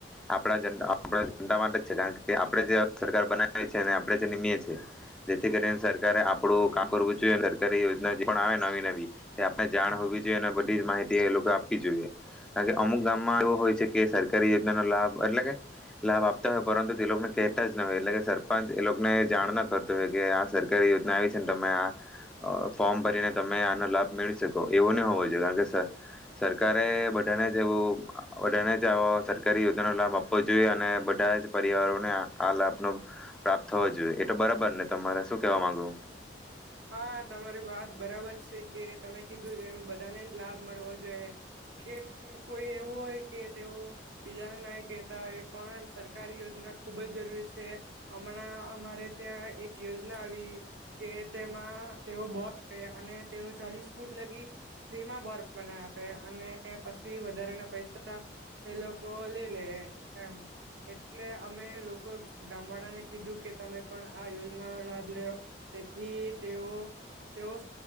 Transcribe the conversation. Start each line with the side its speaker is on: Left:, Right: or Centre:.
Centre: આપણા જ આપ જતા માટે છે કારણ કે આપણે જે સરકાર બનાવી છે આપણે જે નિમીએ છીએ જેથી કરીને સરકારે આપડું ક કરવું જોઈએ સરકારી યોજના જે પણ આવે નવી નવી તે આપણે જાણ હોવી જોઈએ અને બધી જ માહિતી એ લોકો આપવી જોઈએ કારણ કે અમુક ગામમાં એવો હોય છે કે સરકારી યોજના ન લાભ એટલે કે લાભ આપતા હોય પરંતુ તે લોકોને કહેતા જ ન હોય એટલે કે સરપંચ એ લોકોને જાણ ના કરતા આ સરકારી યોજના આવી છે ને તમે આ ફોર્મ ભરીને તમે આનો લાભ મેળવી શકો એવું નહી હોવો જોઈએ કારણ કે સરકારે બધાને જ એવું બધાને જ સરકારી યોજના ન લાભ આપવો જોઈએ અને બધા જ પરિવારોને આ લાભ ન પ્રાપ્ત થવો જોઈએ એટ બરાબર ખબર ને તમારે શું કેવા માંગુ
Right: હા તમારી વાત બરાબર છે કે તમે કીધું એમ બધાને લાભ મળવો જોઈએ કે કોઈ એવું હોય કે તેઓ બીજાને ના કેહેતા હોય પણ સરકાર યોજના ખુબ જ જરૂરી છે હમણાં અમારે ત્યાં એક યોજના આવી કે તેમાં તેઓ બોર આપે અને તેઓ ચાલીસ ફૂટ લગી ફ્રીમાં બોરના આપે અને પછી વધારેાના પૈસા એ લોકો લે લે એમ એટલે અમે લોકો ગામ વાળાને કીધું કે તમે પણ આ યોજના નો લાભ લેવ થી તેઓ તેઓ